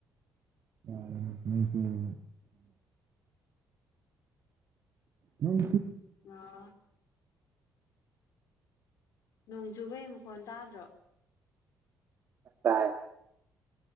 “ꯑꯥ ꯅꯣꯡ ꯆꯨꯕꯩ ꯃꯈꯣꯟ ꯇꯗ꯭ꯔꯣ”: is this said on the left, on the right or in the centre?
Left